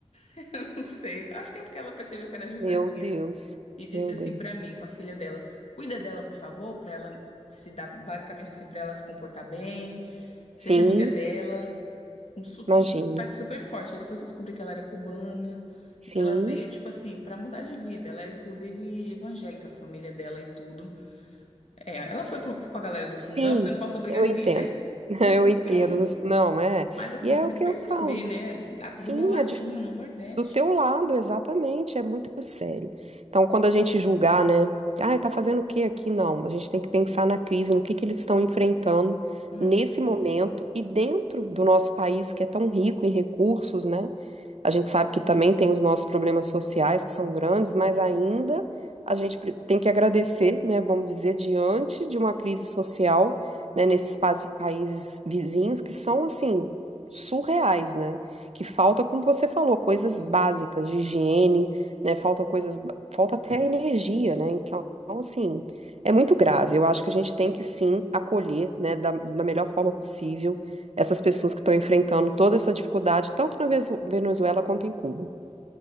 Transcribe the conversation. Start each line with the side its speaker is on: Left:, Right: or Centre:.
Left: <laughs> eu não sei, acho que é porque ela percebeu que era juizadinha,
Right: Meu Deus,
Left: e disse
Right: meu Deus.
Left: assim pra mim, com a filha dela: "Cuida dela, por favor, pra ela se dar, basicamente assim, pra ela se comportar bem, seja
Right: Sim,
Left: amiga dela" com su-
Right: imagina.
Left: super sotaque super forte. E depois eu descobri que ela era cubana
Right: Sim.
Left: e que ela veio, tipo assim, pra mudar de vida. Ela é, inclusive, evangélica, a família dela e tudo. É, ela foi pro- com a galera do fundão,
Right: Sim,
Left: porque eu não posso obrigar
Right: eu
Left: ninguém,
Right: entendo.
Left: né?
Right: <laughs> Eu
Left: <laughs> Então.
Right: entendo. Nos- Não, é.
Left: Mas assim,
Right: E é
Left: você
Right: o que
Left: perceber,
Right: eu falo.
Left: né? da- do
Right: Sim,
Left: meu ladinho,
Right: é
Left: no Nordeste.
Right: do teu lado, exatamente, é muito sério. Então, quando a gente julgar, né? Ah, tá fazendo o que aqui? Não, a gente tem que pensar na crise, no que que eles estão enfrentando
Left: Uhum,
Right: nesse momento e dentro do nosso país, que é tão rico em recursos, né? A gente sabe que também tem os nossos problemas sociais, que são grandes, mas ainda a gente pre- tem que agradecer, né? Vamos dizer, diante de uma crise social, né, nesses pa- países vizinhos que são, assim, surreais, né? que falta, como você falou, coisas
Left: sim.
Right: básicas de higiene, né? Falta coisas, falta até energia, né? Então, assim, é muito grave. Eu acho que a gente tem que sim acolher, né, da, da melhor forma possível essas pessoas que estão enfrentando toda essa dificuldade, tanto na Venezu- Venezuela quanto em Cuba.